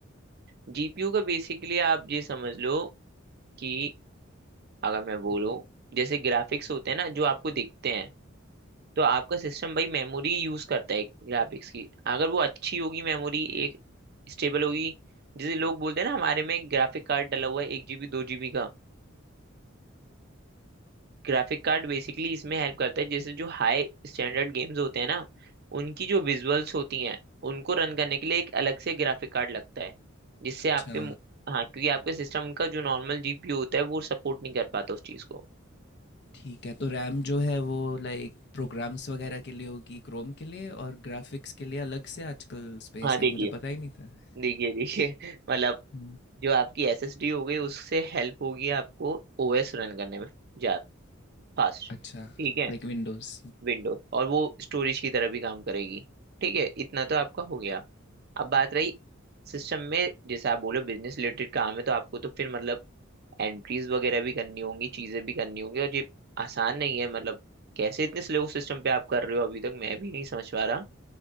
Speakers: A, on the right (about 50°); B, on the left (about 55°).
A: जीपीयू का बेसिकली आप ये समझ लो कि अगर मैं बोलूँ जैसे ग्राफिक्स होते हैं ना जो आपको दिखते हैं तो आपका सिस्टम भाई मेमोरी यूज करता है ग्राफिक्स की अगर वो अच्छी होगी मेमोरी एक स्टेबल होगी जैसे लोग बोलते हैं ना हमारे में ग्राफिक कार्ड डला हुआ है एक जीबी दो जीबी का ग्राफिक कार्ड बेसिकली इसमें हेल्प करता है जैसे जो हाई स्टैंडर्ड गेम्स होते हैं ना उनकी जो विजुअल्स होती हैं उनको रन करने के लिए एक अलग से ग्राफिक कार्ड लगता है जिससे
B: अच्छा
A: आपके मु- हाँ क्योंकि आपके सिस्टम का जो नॉर्मल जीपीयू होता है वो सपोर्ट नहीं कर पाता उस चीज़ को
B: ठीक है तो रैम जो है वो लाइक प्रोग्राम्स वगैरह के लिए होगी क्रोम के लिए और ग्राफिक्स के लिए अलग से आजकल स्पेस
A: हाँ देखिए
B: है मुझे पता ही नहीं था
A: देखिए देखिए <laughs> मतलब
B: हम्म,
A: जो आपकी एसएसडी हो गई उससे हेल्प होगी आपको ओएस रन करने में जा फास्ट
B: अच्छा
A: ठीक है
B: लाइक विंडोज़
A: विंडोज और वो स्टोरेज की तरह भी काम करेगी ठीक है इतना तो आपका हो गया अब बात रही सिस्टम में जैसे आप बोलो बिजनेस रिलेटेड काम है तो आपको तो फिर मतलब एंट्रीज वगैरह भी करनी होंगी चीजें भी करनी होंगी और ये आसान नहीं है मतलब कैसे इतने स्लो सिस्टम पे आप कर रहे हो अभी तक मैं भी नहीं समझ पा रहा